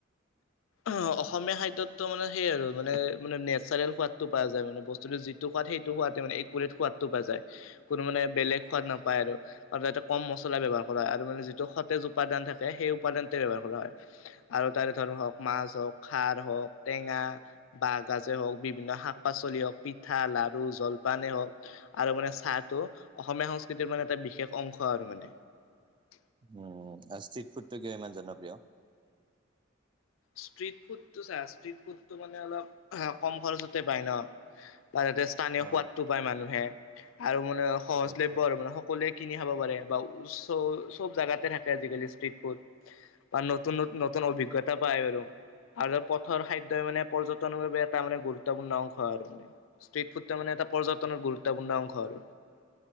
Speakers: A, on the left; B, on the right.
A: অ অসমীয়া খাদ্যতো মানে সেই আৰু মানে মানে নেচাৰেল সোৱাদতটো পোৱা যায়, মানে বস্তুটো যিটো। সেইটো সোৱাদে মানে একোৰিত সোৱাদটো পাই যায়। কোনো মানে বেলেগ সোৱাদ নাপায় আৰু। আৰু ইয়াতে কম মছলা ব্যৱহাৰ কৰা হয় আৰু মানে যিটো সতেজ উপাদান থাকে সেই উপাদানটোৱে ব্যৱহাৰ কৰা হয়। আৰু তাৰে ধৰ হওক,। মাছ হওক, খাৰ হওক, টেঙা, বাহগাজে হওক, বিভিন্ন শাক পাচলি হওক, পিঠা ল-। লাৰু, জলপানেই হওক আৰু মানে চাহটো অসমীয়া সংস্কৃতিৰ মানে এটা বিশেষ অংশ আৰু মানে। <unintelligible>
B: উ আৰু ষ্ট্ৰিট ফুডটো কিয় ইমান জনপ্ৰিয়?
A: ষ্ট্ৰিট ফুডটো চা ষ্ট্ৰিট ফুডটো মানে অলপ কম খৰচতে পাই ন। বা যাতে স্থানীয়
B: অ
A: সোৱাদটো পায় মানুহে আৰু মানে সহজলভ্য
B: সেইটোৱে
A: আৰু মানে সকলোৱে। কিনি খাব পাৰে বা চব জেগাতে থাকে আজিকালি ষ্ট্ৰীত ফুড বা নতুন নতুন অভিজ্ঞতা। তাপাই আৰু। আৰু পথৰ খাদ্যই মানে পৰ্যটনৰ বাবে এটা মানে গুৰুত্বপূৰ্ণ অংশ আৰু মান ষ্ট্ৰীট ফুডটো মানে। এটা পৰ্যটনৰ গুৰুত্বপূৰ্ণ অংশ আৰু।